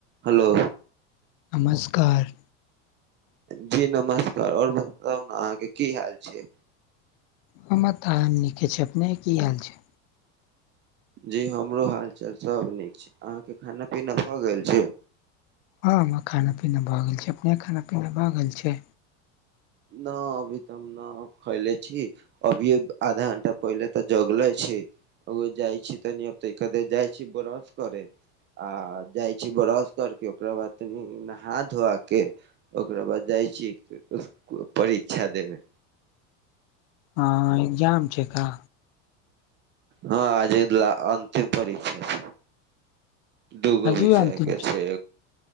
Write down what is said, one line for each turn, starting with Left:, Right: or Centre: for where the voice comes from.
Right: हलो।
Left: नमस्कार।
Right: जी नमस्कार और बताउ न अहाँके की हाल छै।
Left: हमर त नीके छै अपने की हाल छै।
Right: जी हमरो हालचाल सब नीक छै अहाँके खाना-पीना भ गेल छै।
Left: हँ हमरा खाना-पीना भ गेल छै अपने खाना-पीना भ गेल छै।
Right: न अभी तऽ। खैले छी अभीये आधा घंटा पहिले तऽ जगले छी।। ओ जाइ छी तनिब तऽ के जाइ छी ब्रस करे।। आ जाइ छी ब्रश करके ओकरा बाद तनि नहा धोआ के। ओकरा बाद जाइ छी परीक्षा देबै।।
Left: ह एग्जाम छै का।।
Right: हँ आजे अन्तिम परीक्षा छै। दूगो
Left: आजुए
Right: भषके
Left: अंतिम
Right: छै